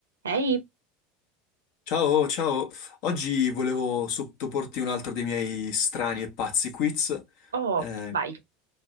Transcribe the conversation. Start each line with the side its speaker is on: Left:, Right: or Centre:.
Right: Ehi,
Left: Ciao, ciao. Oggi volevo sottoporti un altro dei miei strani e pazzi quiz.
Right: oh,
Left: Eh,
Right: vai,